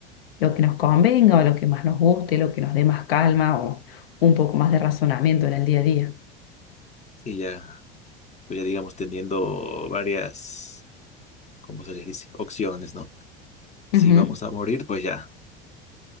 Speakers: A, on the left; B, on the left.
A: lo que nos convenga o lo que más nos guste, lo que nos dé más calma o un poco más de razonamiento en el día a día.
B: Y ya, pues ya digamos teniendo varias, ¿cómo se les dice? Opciones, ¿no? Si
A: Ujú,
B: vamos a morir, pues ya,